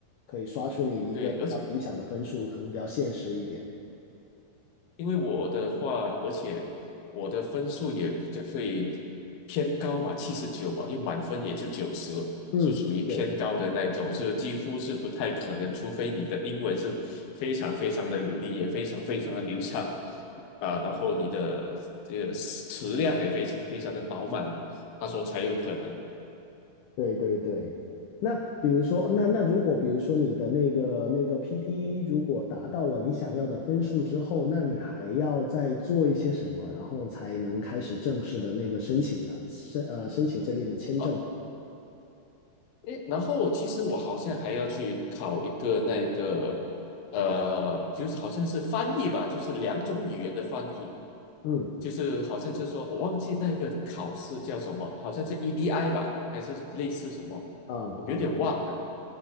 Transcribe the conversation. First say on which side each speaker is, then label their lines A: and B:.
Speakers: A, on the left (about 80°); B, on the left (about 65°).
A: 可以刷出你一个比较理想的分数，
B: 对，而且
A: 可能比较现实一点。
B: 因为我的话，而且我的分数也比较会偏高嘛，七十九嘛，因为满分也就九十，
A: 嗯，
B: 是属于偏高的那一种，
A: 是。
B: 是几乎是不太可能，除非你的英文是非常非常的流利，也非常非常的流畅啊，然后你的这个词量也非常非常的饱满，他说才有可能。
A: 对对对，那比如说，那那如果比如说你的那个那个 PT 如果达到了你想要的分数之后，那你还要再做一些什么，然后才能开始正式的那个申请呢？申呃申请这边的签证。
B: 哦诶，然后其实我好像还要去考一个那个，呃，就是好像是翻译吧，就是两种语言的翻译，
A: 嗯
B: 就是好像是说我忘记那个考试叫什么，好像是 EDI 吧，还是类似什么？
A: 啊啊
B: 我有点忘了，